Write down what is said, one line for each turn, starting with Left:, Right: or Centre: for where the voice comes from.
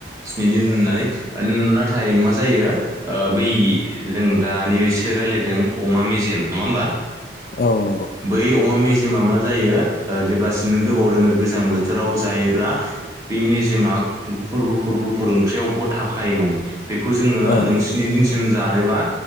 Right: स्नि दिन होननानै ओनाथाय मा जायो ओ बै जों दानिसो रायज्लायदों अमा मेजेम नङा होमबा
Left: औ नंगौ
Right: बै अमा मेजेमा मा जायो ओ जेब्लासिम नों गोबाव दोनो गोजां बोथोराव जायोब्ला बे मेजेमा गुफुर गुफुर गुफुर ओंख्रियाव गथा खायो माने बेखौ जोङो
Left: ओं
Right: नोंसि नि दिनसिम जानोबा